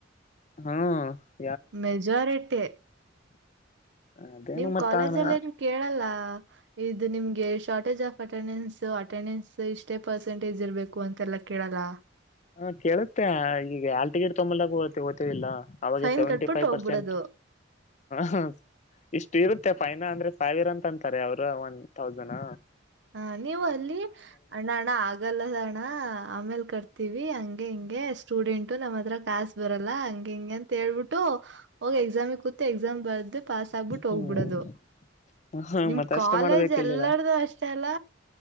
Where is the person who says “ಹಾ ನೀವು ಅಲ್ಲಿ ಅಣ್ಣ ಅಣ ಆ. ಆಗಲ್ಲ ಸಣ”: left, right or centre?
Right